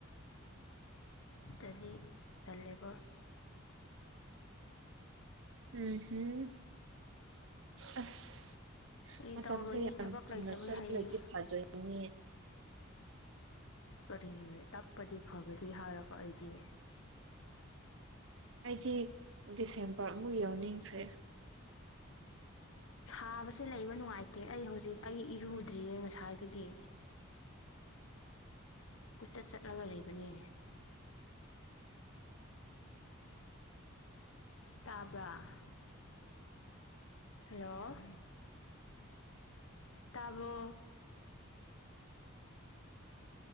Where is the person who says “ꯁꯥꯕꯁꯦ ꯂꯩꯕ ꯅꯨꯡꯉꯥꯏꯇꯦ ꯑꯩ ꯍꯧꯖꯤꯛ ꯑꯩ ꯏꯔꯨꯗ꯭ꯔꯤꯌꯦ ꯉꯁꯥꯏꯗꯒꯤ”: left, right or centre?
Left